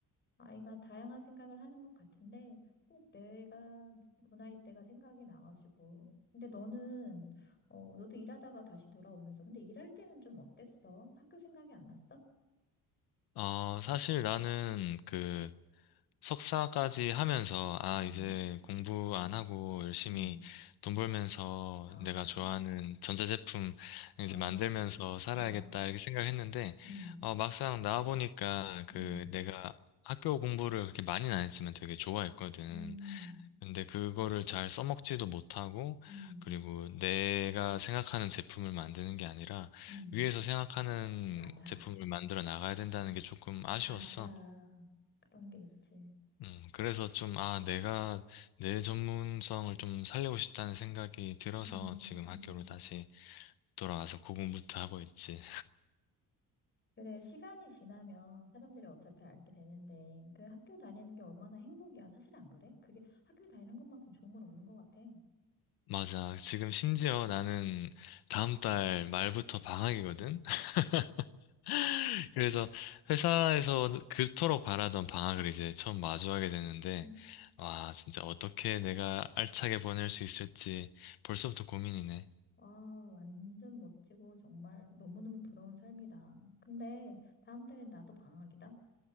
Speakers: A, on the left; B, on the left.
A: 아이가 다양한 생각을 하는 것 같은데 꼭 내가 그 나이 때가 생각이 나가지고. 근데 너는 어 너도 일하다가 다시 돌아오면서 근데 일할 때는 좀 어땠어? 학교 생각이 안 났어?
B: 어, 사실 나는 그, 석사까지 하면서, 아,
A: 음,
B: 이제 공부 안 하고 열심히
A: 음,
B: 돈 벌면서
A: 아,
B: 내가 좋아하는 전자제품
A: 아,
B: 이제 만들면서 살아야겠다,
A: 아,
B: 이렇게 생각했는데,
A: 음,
B: 어, 막상 나와보니까 그
A: 음,
B: 내가 학교 공부를 그렇게 많이는 안 했지만 되게 좋아했거든.
A: 음,
B: 근데 그거를 잘 써먹지도 못하고,
A: 음,
B: 그리고 내가 생각하는 제품을 만드는 게 아니라,
A: 음.
B: 위에서 생각하는
A: 맞아.
B: 제품을 만들어 나가야 된다는 게 조금 아쉬웠어.
A: 맞아. 그런 게 있지.
B: 음, 그래서 좀, 아, 내가 내 전문성을 좀 살리고 싶다는 생각이 들어서
A: 음,
B: 지금 학교로
A: 음.
B: 다시 돌아와서 고군분투 하고 있지.
A: 그래, 시간이 지나면 사람들이 어차피 알게 되는데, 그 학교 다니는 게 얼마나 행복이야. 사실 안 그래? 그게 학교 다니는 것만큼 좋은 건 없는 것 같아.
B: 맞아. 지금 심지어 나는 다음 달 말부터 방학이거든? <laughs>
A: 아,
B: 그래서 회사에서 그토록 바라던 방학을 이제 처음 마주하게 되는데,
A: 음.
B: 와, 진짜 어떻게 내가 알차게 보낼 수 있을지 벌써부터 고민이네.
A: 와, 완전 멋지고 정말 너무너무 부러운 삶이다. 근데 다음 달엔 나도 방학이다.